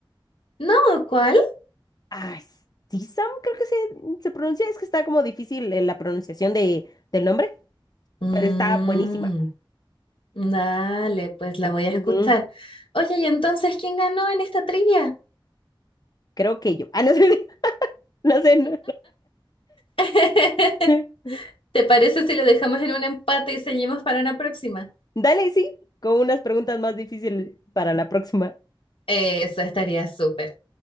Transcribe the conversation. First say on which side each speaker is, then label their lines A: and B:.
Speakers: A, on the left; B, on the left.
A: No, ¿cuál?
B: Ah, sí, Sam, creo que se, se pronuncia. Es que está como difícil eh, la pronunciación de, del nombre,
A: Mm,
B: pero está buenísima.
A: dale, pues la voy a
B: Ujú,
A: escuchar. Oye, ¿y entonces quién ganó en esta trivia?
B: Creo que yo. Ah, no sé, <laughs> no sé. no.
A: <laughs>
B: <laughs>
A: ¿Te parece si lo dejamos en un empate y seguimos para una próxima?
B: Dale, sí, con unas preguntas más difíciles para la próxima.
A: Eso estaría súper.